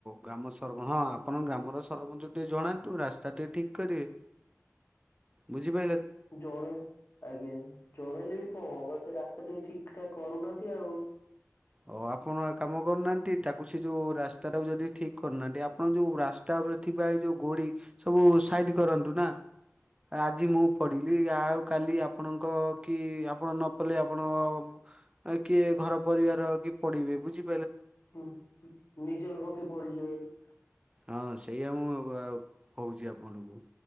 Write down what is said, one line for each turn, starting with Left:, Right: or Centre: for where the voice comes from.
Right: ଗ୍ରାମସରପ ହଁ ଆ ପଣଙ୍କ ଗ୍ରାମର ସରପଞ୍ଚ। ଟିକେ ଜଣାନ୍ତୁ ରାସ୍ତା ଟିକେ ଠିକ କରିବେ। ବୁଝିପା
Left: ଜଣେ ଆଜ୍ଞା। ଜଣେଇଲେ ବି କଣ ହବ ବା ସେ ରାସ୍ତା ଟିକେ ଠିକ ଏଟା କରୁନାହାନ୍ତି ଆଉ।
Right: ଓ ଆପଣ କାମ କରୁନାହାନ୍ତି। ତାକୁ ସେ ଯୋଉ ରାସ୍ତା ଟାକୁ ଯଦି ଠିକ କରୁନାହାନ୍ତି ଆପଣ ଯୋଉ ରାସ୍ତା ଉପରେ ଥିବା ଏ ଯୋଉ ଗୋଡି ସବୁ ସାଇଡ କରନ୍ତୁ ନା। ଆଜି ମୁଁ ପଡିଲି ଆଉ କାଲି ଆପଣଙ୍କ କି ଆପଣ ନ ପଡିଲେ ଆପଣ କିଏ ଘର ପରିବାର ର ବି ପଡ଼ିବେ ବୁଝିପା
Left: ହୁଁନି ନିଜ ଲୋକ କିଏ ପଡ଼ିଯିବ। ହ <inaudible>
Right: ହଁ ସେଇଆ ମୁଁଆଉ କହୁଛି ଆପଣଙ୍କୁ।